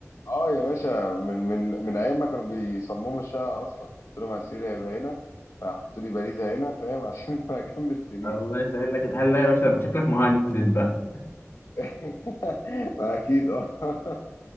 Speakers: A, on the left; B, on the left.
A: اه يا باشا من من من ايام ما كانوا بيصمموا الشقة اصلا قلت لهم على السرير هيبقى هنا فحطوا لي باريزة هنا فاهم <laughs> عشان انا جنب السرير
B: الله يسهل لك الحل لا يا باشا انت شكلك مهندس بقى
A: <laughs> ما اكيد اه